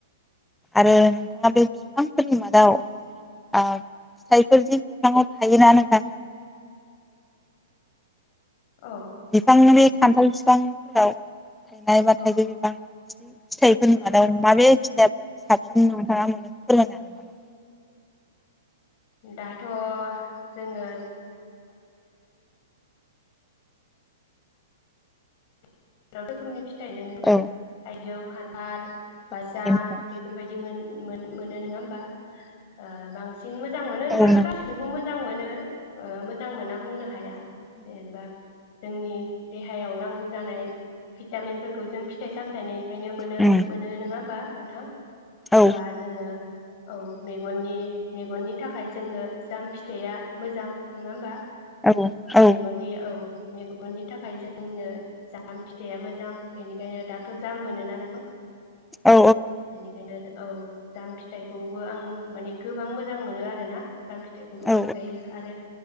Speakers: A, in the centre; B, on the left.
A: आरो नोंथाङा बे बिफां फोरनि मादाव ओ फिथाइफोर जि बिफाङाव थायोना नोंथां
B: औ
A: बिफांनि खान्थाल बिफांफोराव थाइनाय बा
B: औ
A: थाइजौ बिफां <unintelligible> फिथाइफोरनि
B: औ
A: मादाव माबे ए साबसिन नोंथाङा मोनो फोरमायनो हागोन नामा
B: दाथ' जोङो <unintelligible> रोखोमनि फिथाइनोबा
A: नामा? औ
B: थाइजौ खान्थाल
A: औ
B: बा जाम
A: नोंथां
B: बेफोरबायदिमोन मो-मोनो नङा होमबा ओ बांसिन बांसिन मोजां मोनो होनब्लाथ'
A: उम
B: गासिखौबो मोजां मोनो मोजां मोनाबो बुंनो हाया जेनेबा जोंनि देहायाव नांगौ जानाय भिटामिनफोरखौ जों फिथाइ सामथायनि ओंखायनो मोनो
A: उम
B: मोनो नोङा होमबा नोंथां
A: औ
B: बा जोङो औ मेगननि मेगननि थाखाय जोंनो जाम फिथाइया मोजां नोङा होमबा
A: औ औ
B: मेगननि औ मेगननि थाखाय जोंनो जा जाम फिथाइया मोजां बेनिखायनो दाथ' जाम मोनोना नोंथां
A: औ
B: बेनिखायनो जों औ जाम फिथाइखौबो आं माने गोबां मोजां मोनो आरोना जाम फिथाइखौ गोबां
A: औ
B: जायो आरो